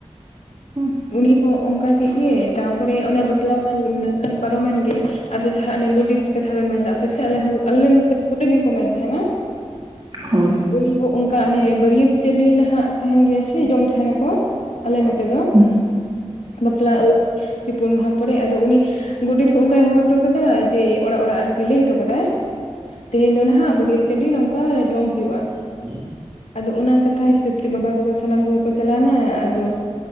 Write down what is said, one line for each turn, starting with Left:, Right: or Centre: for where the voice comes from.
Right: ᱦᱩᱸ᱾
Left: ᱩᱱᱤ ᱦᱚᱸ ᱚᱝᱠᱟ ᱠᱮᱜ ᱜᱮ ᱛᱟᱯᱚᱨᱮ ᱚᱱᱮ ᱵᱟ ᱯᱞᱟ ᱢᱟ ᱱᱟᱹᱠᱷᱟᱱ ᱯᱟᱨᱚᱢᱮᱱ ᱜᱮ ᱟᱫᱚ ᱡᱟᱦᱟᱸ ᱚᱱᱮ ᱜᱚᱰᱮᱛ ᱠᱟᱛᱷᱟ ᱵᱮᱱ ᱢᱮᱱᱫᱟ ᱯᱮ ᱥᱮᱜ ᱟᱞᱮ <unintelligible> ᱟᱞᱮ ᱱᱚᱛᱮ <inaudible> ᱠᱚ ᱢᱮᱱ ᱛᱟᱦᱮᱸᱱᱟ,
Right: ᱦᱳᱭ᱾
Left: ᱩᱱᱤ ᱦᱚᱸ ᱚᱝᱠᱟ ᱚᱱᱮ ᱵᱟᱹᱨᱭᱟᱹᱛ ᱪᱟᱹᱰᱤ ᱱᱟᱦᱟᱜ ᱛᱟᱦᱮᱸᱱ ᱜᱮᱭᱟ ᱥᱮ ᱡᱚᱢ ᱛᱟᱦᱮᱸᱱᱟ ᱠᱚ, ᱟᱞᱮ ᱱᱚᱛᱮ ᱫᱚ᱾
Right: <inaudible>
Left: ᱵᱟᱯᱞᱟ ᱳᱭ ᱯᱮ ᱯᱩᱱ ᱢᱟᱦᱟ ᱯᱚᱨᱮ ᱟᱫᱚ ᱩᱱᱤ, ᱜᱚᱰᱮᱛ ᱦᱚᱸ ᱚᱝᱠᱟᱭ ᱦᱚᱦᱚ ᱦᱚᱴᱚ ᱠᱟᱫᱟ ᱡᱮ ᱚᱲᱟᱜ ᱚᱲᱟᱜ ᱞᱟᱹᱭ ᱦᱚᱴᱚ ᱠᱟᱫᱟᱭ ᱛᱮᱦᱮᱧ ᱫᱚ ᱱᱟᱦᱟᱜ
Right: ᱦᱩᱸ
Left: ᱵᱟᱹᱨᱤᱭᱟᱹᱛ ᱪᱟᱰᱤ ᱱᱚᱝᱠᱟ ᱡᱚᱢ ᱦᱩᱭᱩᱜᱼᱟ᱾
Right: <inaudible>
Left: ᱟᱫᱚ ᱚᱱᱟ ᱠᱟᱛᱷᱟ ᱦᱤᱥᱟᱹᱵ ᱛᱮ ᱵᱟᱵᱟ ᱛᱟᱠᱚ ᱥᱟᱱᱟᱢ ᱠᱚᱜᱮ ᱠᱚ ᱪᱟᱞᱟᱣᱱᱟ, ᱟᱫᱚ